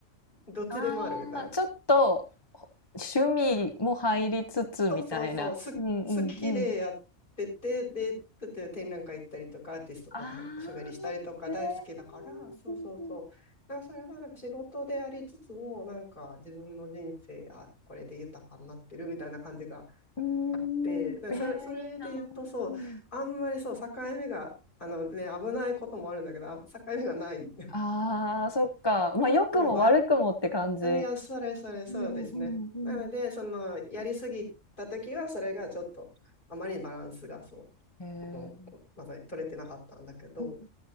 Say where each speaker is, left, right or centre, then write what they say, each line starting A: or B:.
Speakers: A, on the left; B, on the left.
A: どっちでもあるみたいな。
B: ああ、ちょっと、ほ趣味も入りつつみたいな。
A: そうそうそう、す好きでやってて、
B: うんうんうん。
A: で、だって展覧会行ったりとか、アーティストとはおしゃべりしたりとか大好きだから、
B: ああ、へえ。
A: そうそうそう。
B: うん
A: だからそれはなんか仕事でありつつも、なんか自分の人生、あ、これで豊かになってるみたいな感じが
B: うん。
A: あって、
B: うーん、
A: だからそれ、
B: ええ、
A: それで言うと、
B: いいな。
A: そう、
B: うん。
A: あんまりそう、境目が、あのね、危ないこともあるんだけど、あ境目がない。<laughs>
B: ああ、そっか。まあ、良くも悪くもって感じ。
A: そう、ば、いや、
B: う
A: それ、それ、そうですね。
B: んうんうん。
A: なので、その、やりすぎたときは、それがちょっと、あまりにバランスが、そ
B: へえ。
A: う、まさに取れてなかったんだけど、
B: うん。